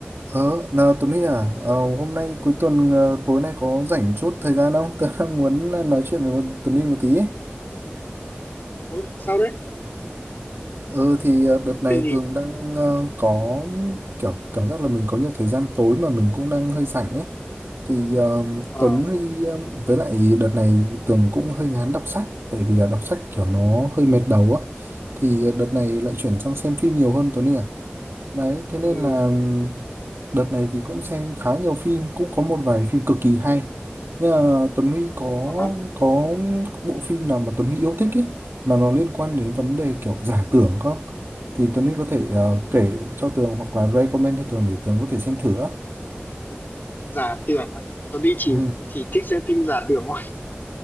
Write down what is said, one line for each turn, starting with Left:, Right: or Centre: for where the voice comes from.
Right: Ờ, nào Tuấn Huy à, ờ, hôm nay cuối tuần ờ, tối nay có rảnh chốt thời gian không? <laughs> Tớ đang muốn ờ, nói chuyện với một- Tuấn Huy một tí ấy.
Left: Ừ, sao đấy?
Right: Ờ thì ờ, đợt
Left: Vấn
Right: này
Left: đề gì?
Right: Tường đang ờ, có kiểu cảm giác là mình có nhiều thời gian tối mà mình cũng đang hơi rảnh ấy. Thì ờ,
Left: Ờ,
Right: Tuấn Huy ờ, với lại đợt này Tường cũng hơi ngán đọc sách tại vì là đọc sách kiểu nó hơi mệt đầu á. Thì ờ, đợt này lại chuyển sang xem phim nhiều hơn Tuấn Huy à? đấy thế nên
Left: ừ,
Right: là đợt này thì cũng xem khá nhiều phim cũng có một vài phim cực kỳ hay nhưng mà Tuấn Huy có
Left: à, hả?
Right: có bộ phim nào mà Tuấn Huy yêu thích ấy mà nó liên quan đến vấn đề kiểu giả tưởng không thì Tuấn Huy có thể ờ, kể cho Tường hoặc là recommend cho Tường để Tường có thể xem thử á
Left: giả tưởng à? Tôi đi chỉ
Right: ừ.
Left: chỉ thích xem phim giả tưởng thôi.